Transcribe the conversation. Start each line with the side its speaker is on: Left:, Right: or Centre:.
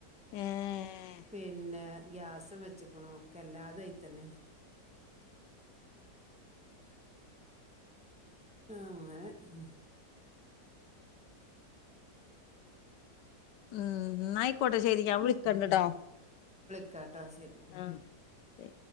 Left: ഏഹ്
Centre: പിന്നെ ഗ്യാസു വെച്ചക്കണു ഒക്കെ എല്ലാതും അയി തന്നെണ് അങ്ങനെ ഉം
Left: ഉം ന്നായിക്കോട്ടെ ശെരി ഞാൻ വിളിക്കണ്ട്ട്ടോ
Centre: ക്കട്ടാ സെരി
Left: ആഹ് ശരി